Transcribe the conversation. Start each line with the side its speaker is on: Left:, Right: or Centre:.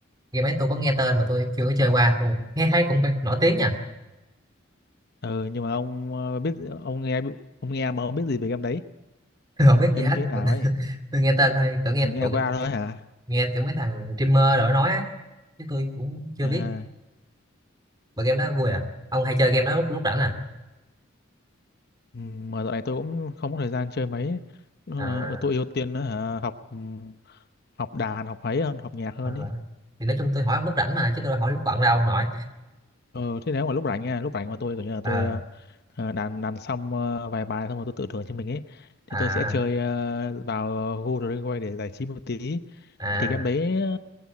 Right: game ấy tôi có nghe tên mà tôi chưa có chơi qua, tôi nghe thấy cũng phải nổi tiếng nha, <laughs>
Left: Ừ nhưng mà ông ờ, biết ông nghe ông nghe mà ông biết gì về game đấy?
Right: tôi không biết
Left: Game
Right: gì hết,
Left: đấy như thế nào
Right: <laughs>
Left: ấy?
Right: tôi nghe tên thôi, tôi nghe
Left: Rồi nghe
Right: tụi
Left: qua thôi hả?
Right: nghe kiểu mấy thằng streamer rồi nói á, chứ tôi cũng chưa
Left: À
Right: biết, mà game đó vui à? Ông hay chơi game đó lúc lúc rảnh à?
Left: ừm, mà dạo này tôi cũng không có thời gian chơi mấy. Ờ,
Right: À,
Left: ờ, tôi ưu tiên nữa hả? Học ừm, học đàn, học ấy hơn, học nhạc hơn
Right: ờ,
Left: ấy.
Right: thì nói chung tôi hỏi ông lúc rảnh mà, chứ tôi đâu hỏi lúc bận đâu ông nội.
Left: Ờ thế nếu mà lúc rảnh nha, lúc rảnh mà tôi kiểu như là
Right: Ờ,
Left: tôi ờ, Ờ, đàn đàn xong ờ, vài bài xong rồi tôi tự thưởng cho mình ấy thì
Right: à,
Left: tôi sẽ chơi ờ, vào Google Drive để giải trí một tí
Right: à,
Left: thì game đấy ờ,